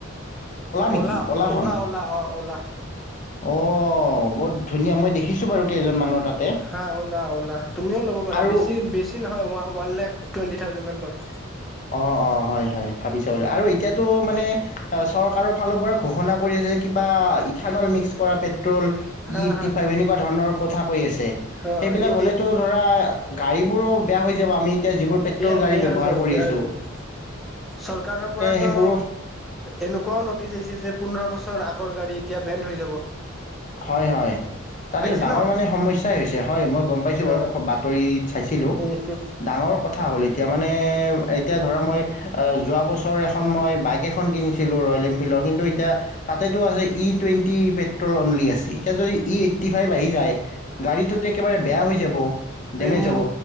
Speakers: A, on the left (about 40°); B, in the centre.
A: নেকি
B: অলা
A: অ'লাখন
B: অ'লা অ'লা অ অ'লা
A: অঁ বহুত ধুনীয়া মই দেখিছোঁ বাৰু কেইজনমানৰ তাত
B: হা ওলা ওলা তুমিও ল'ব পাৰা
A: আৰু
B: বেছি বেছি নহয় ওৱান লেখ টুৱেণ্টি থাউজেণ্ডমান পৰে
A: অ অ হয় হয় ভাবিছাবা আৰু এতিয়াতো মানে চৰকাৰৰ ফালৰ পৰা ঘোষণা কৰি আছে যে কিবা ইথানল মিক্স কৰা পেট পেট্ৰল
B: হা
A: ই
B: হা
A: টি ফাইভ এনেকুৱা ধৰণৰ কথা কৈ আছে।
B: অ
A: সেইবিলাক
B: এই
A: হ'লেতো ধৰা গাড়ী বোৰো বেয়া হৈ যাব আমি এয়া যিবোৰ পেট্ৰল
B: বেয়া
A: গাড়ী
B: বেয়া
A: ব্যৱহাৰ
B: হৈ যাব
A: কৰি
B: বেয়া
A: আছে।
B: চৰকাৰৰ পৰাতো
A: সেইবোৰো
B: এনেকুৱাও নটিচ আহিছে যে পোন্ধৰ বছৰ আগ গা়ড়ী এতিয়া বেণ্ড হৈ যাব।
A: হয় হয় তাকে
B: আহিছে
A: এইটো ডাঙৰ
B: ন
A: মানে সমস্যাই হৈছে হয় মই গম পাইছো বাৰু
B: অ
A: বাতৰি চাইছিলোঁ
B: হম
A: ডাঙৰ কথা হ'ল। মানে এতিয়া মানে এতিয়া ধৰা মই যোৱা বছৰ এখন মই বাইক এখন কিনিছিলোঁ ৰয়েল এনফিল্ডৰ কিন্তু এতিয়া তাতেতো আছে ই টুৱেণ্টি পেট্ৰলত, বুলি আছে এতিয়া যদি ই এইট্টি ফাইভ আহি যায় গাড়ীটোত একেবাৰে বেয়া হৈ যাব। ডেমেজ
B: এই ম
A: হ'ব